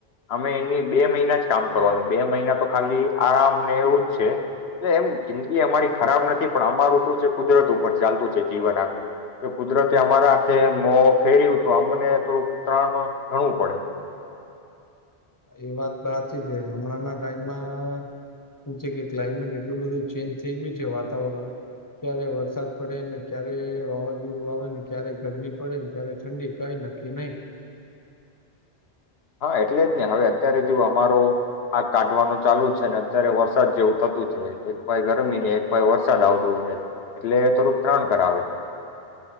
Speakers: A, on the left (about 70°); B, on the left (about 20°).
A: અમે એની બે મહિના જ કામ કરવાનું બે મહિના તો ખાલી આરામને એવું જ છે એટલે એમ જિંદગી અમારી ખરાબ નથી પણ અમારું શું છે કુદરત ઉપર ચાલતું છે જીવન આખું કુદરતે અમારા હાથે મો ફેર્યું તો અમને થોડુંક ત્રણ ગણું ઘણું પડે.
B: એ વાત સાચી છે હમણાંના ટાઈમમાં શું છે કે ક્લાયમેટ એટલું બધું ચેન્જ થઈ ગયું છે વાતાવરણ ક્યારે વરસાદ પડે ને ક્યારે વાવાઝોડું આવે ને ક્યારે ગરમી પડે ને ક્યારે ઠંડી કઈ નક્કી નહી.
A: હા એટલે જ નહી હવે અત્યારે જો અમારો આગ કાઢવાનું ચાલુ ને અત્યારે વરસાદ જેવું થતું છે એક પાય ગરમી ને એક પાય વરસાદ આવતો છે. એટલે થોડુંક ત્રણ કરાવે.